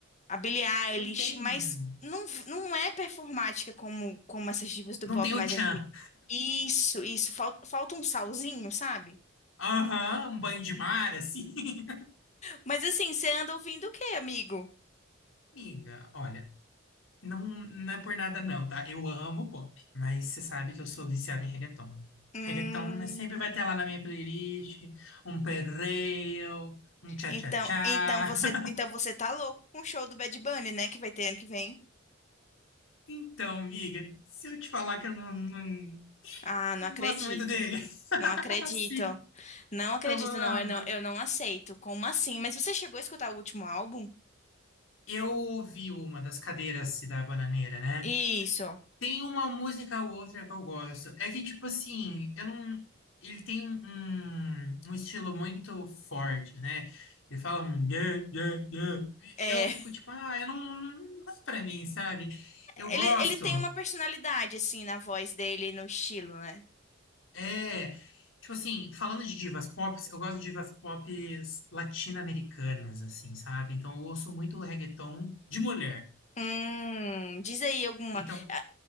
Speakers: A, on the left; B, on the left.
A: a Billie Eilish,
B: não tem.
A: mas não, não é performática como, como essas divas do
B: Não
A: pop
B: tem o
A: mais
B: tchan.
A: antigas. Isso, isso, falta, falta um salzinho, sabe?
B: Aham, um banho de mar, assim. <laughs>
A: Mas assim, você anda ouvindo o quê, amigo?
B: Amiga, olha, não, não é por nada, não, tá? Eu amo pop, mas você sabe que eu sou viciado em reggaeton.
A: Hum,
B: Reggaeton né, sempre vai ter lá na minha playlist um perreo, um tchá-tchá-tchá.
A: então,
B: <laughs>
A: então você, então você tá louco com o show do Bad Bunny, né, que vai ter ano que vem?
B: Então, amiga, se eu te falar que eu não, não,
A: Ah, não
B: não
A: acredito.
B: gosto muito dele, <laughs>
A: Não acredito.
B: assim,
A: Não acredito,
B: tô falando.
A: não, eu não, eu não aceito. Como assim? Mas você chegou a escutar o último álbum?
B: Eu ouvi uma das cadeiras da Bananeira, né?
A: Isso.
B: Tem uma música ou outra que eu gosto. É que, tipo assim, eu não. Ele tem um, um- um estilo muito forte, né? Ele fala um yeah, yeah, yeah.
A: É,
B: E eu fico tipo, ah, eu não, não, não é pra mim, sabe? Eu
A: ele,
B: gosto.
A: ele tem uma personalidade assim na voz dele, e no estilo, né?
B: É. Tipo assim, falando de divas pop, eu gosto de divas pop latino-americanas, assim, sabe? Então eu ouço muito reggaeton de mulher.
A: Hum, diz aí alguma.
B: Então.
A: Ah,